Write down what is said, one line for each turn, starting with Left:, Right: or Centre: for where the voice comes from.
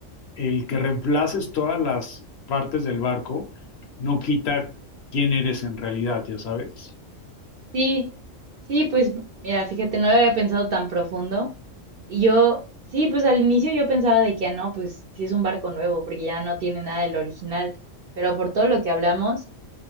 Left: el que reemplaces todas las partes del barco no quita quién eres en realidad, ya sabes.
Right: Sí, sí, pues mira, fíjate, no lo había pensado tan profundo. Y yo, sí, pues al inicio yo pensaba de que, ah, no, pues sí es un barco nuevo, porque ya no tiene nada del original. Pero por todo lo que hablamos,